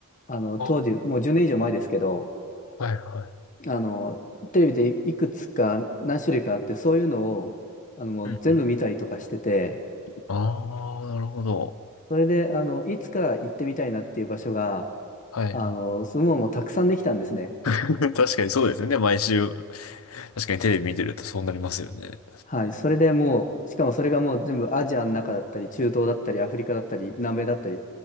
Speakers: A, on the left; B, on the left.
A: あの、
B: あー
A: 当時、もう10年以上前ですけど、
B: はいはい。
A: あの、テレビでいいくつか何種類かあって、そういうのを、あの、もう全部見たりとかしてて、
B: うん。ああ、なるほど。
A: それで、あの、いつか行ってみたいなっていう場所が、
B: はいはい。
A: あの、すごいもうたくさんできたんですね。
B: <laughs> 確かにそうですよね。毎週。確かにテレビ見てるとそうなりますよね。
A: はい。それでもう、しかもそれがもう全部アジアの中だったり、中東だったり、アフリカだったり、南米だったり